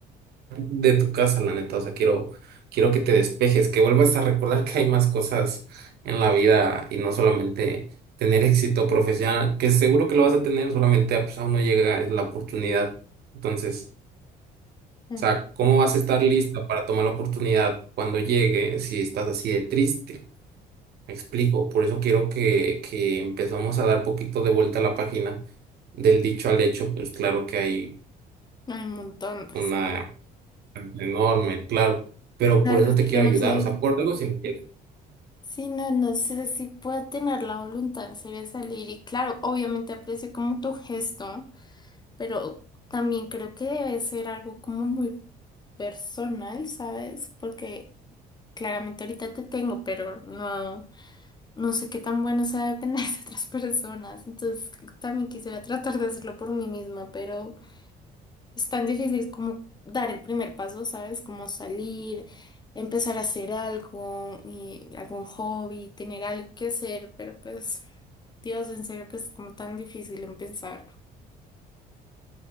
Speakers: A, on the right; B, on the left.
A: de tu casa, la neta. O sea, quiero, quiero que te despejes, que vuelvas a recordar que hay más cosas en la vida y no solamente tener éxito profesional, que seguro que lo vas a tener, solamente ah, pues, aún no llega la oportunidad. Entonces.
B: Mm,
A: O sea, ¿cómo vas a estar lista para tomar la oportunidad cuando llegue si estás así de triste? Me explico. Por eso quiero que, que empezamos a dar poquito de vuelta a la página del dicho al hecho. Pues claro que hay
B: Hay un montón.
A: una
B: sí.
A: enorme, claro. Pero
B: La
A: por
B: verdad
A: eso
B: es
A: te
B: que
A: quiero
B: yo no
A: ayudar.
B: sé.
A: O sea, por algo se empieza.
B: Sí, no, no sé si puedo tener la voluntad en serio de salir. Y claro, obviamente aprecio como tu gesto. Pero también creo que debe ser algo como muy personal, ¿sabes? Porque claramente ahorita te tengo, pero no, no sé qué tan bueno sea tener <laughs> a otras personas. Entonces también quisiera tratar de hacerlo por mí misma, pero es tan difícil como dar el primer paso, ¿sabes? Como salir, empezar a hacer algo, y algún hobby, tener algo que hacer, pero pues, Dios, en serio que es como tan difícil en pensarlo.